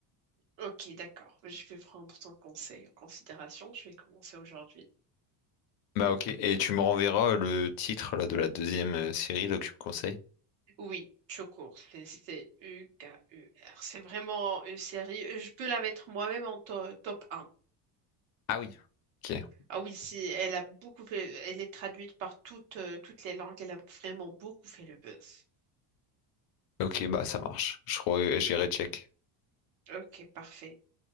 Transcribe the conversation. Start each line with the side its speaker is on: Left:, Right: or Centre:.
Right: ok, d'accord. Je vais prendre ton conseil en considération. Je vais commencer aujourd'hui.
Left: Bah ok, et tu me renverras le titre là de la deuxième euh, série là, que tu me conseilles.
Right: Oui, Chocour, c'est C-U-K-U-R. C'est vraiment une série. Je peux la mettre moi-même en to- top un.
Left: Ah oui. Ok,
Right: Ah oui, si, elle a beaucoup fait- elle est traduite par toutes, euh, toutes les langues. Elle a vraiment beaucoup fait le buzz.
Left: ok, bah ça marche. Je re- j'irai check.
Right: Ok, parfait.